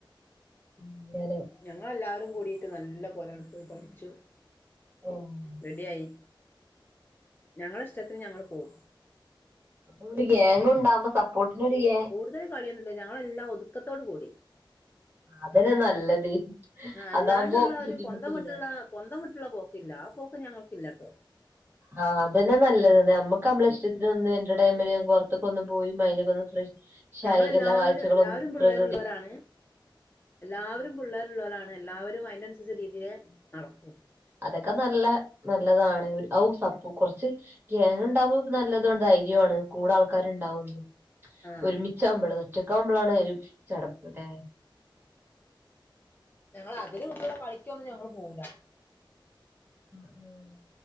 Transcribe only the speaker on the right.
അങ്ങനെ.
ആഹ്.
അപ്പോ ഒരു ഗാങ് ഉണ്ടാകുമ്പോ സപ്പോർട്ടിനൊരു ഗേ
അതന്നെ നല്ലത്.
അതാവുമ്പോ ബുദ്ധിമുട്ടില്ല
ആഹ് അതന്നെ നല്ലത് നമ്മുക്ക് നമ്മളെ
ഇഷ്ടത്തി ഒരു ഒന്ന് എന്റർടൈമെന്റിന് പുറത്തൊക്ക ഒന്ന് പോയി മൈന്റ് ഓക്കെ ഒന്ന് ഫ്രഷ് ഷായി
എല്ലാ കാഴ്ചകളും
പ്രകൃതി
അതൊക്കെ നല്ല നല്ലതാണ് ഔ സപ്പ കുറച്ച് ഗാങ് ഉണ്ടാവുമ്പോ നല്ലതും ധൈര്യവുമാണ് കൂടെ ആൾക്കാരുണ്ടാവുന്നും
ഒരുമിച്ചാവുമ്പോള് ഒറ്റക്കാവുമ്പോളാണ് ഒരു ചടപ്പ് അല്ലേ.
ആഹ് ആഹ്